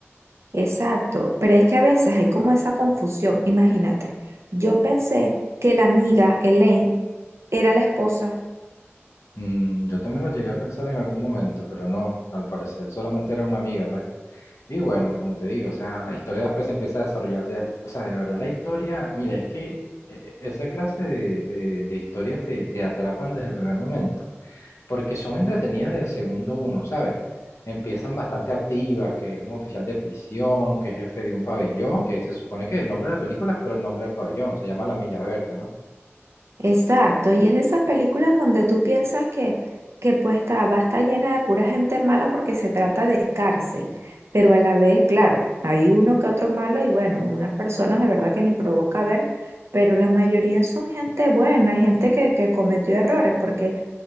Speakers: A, on the right; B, on the left.
A: Exacto, pero es que a veces hay como esa confusión, imagínate, yo pensé que la amiga Elaine era la esposa.
B: Mm, yo también lo llegué a pensar en algún momento, pero no, al parecer solamente era una amiga, pues. Y bueno, como te digo, o sea, la historia después se empieza a desarrollar de, o sea, de verdad la historia, mira, es que eh, esa clase de, de- de historias te, te atrapan desde el primer momento. porque son entretenidas desde el segundo uno, ¿sabes? Empiezan bastante activas, que es un oficial de prisión, que es jefe de un pabellón, que se supone que el nombre de la película es por el nombre del pabellón, se llama La Milla Verde, ¿no?
A: Exacto, y es de esas películas donde tú piensas que, que pues está, va a estar llena de pura gente mala porque se trata de cárcel, pero a la vez, claro, hay uno que otro malo y bueno, unas personas de verdad que ni provoca ver, pero la mayoría son gente buena, hay gente que, que cometió errores, porque